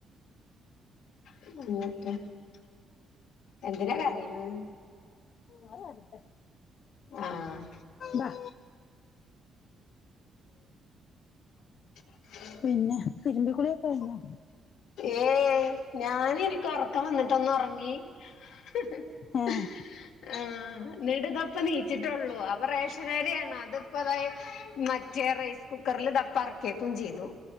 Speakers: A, on the left; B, on the left.
A: <unintelligible> എന്ത്‌നാ കരയ്ണ്
B: അത് വരട്ടെ
A: ആഹ്.
B: ബാ
A: <inaudible>
B: പിന്നെ തിരുമ്പിക്കുളിയൊക്കെ കയ്ഞ്ഞോ?
A: ഏയ്. ഞാന് ഇനിക്ക് ഉറക്കം വന്നിട്ടൊന്ന്ഒറങ്ങി. <inaudible> <unintelligible>
B: ഏഹ്
A: ന്ന്ട് ദാ ഇപ്പൊ നീച്ച്ട്ട് ഒള്ളൂ. അപ്പ റേഷൻ അരിയാണ് അത്പ്പതാ മറ്റേ റൈസ് കുക്കറിൽ ടപ്പ എറക്കിയക്കും ചെയ്തു.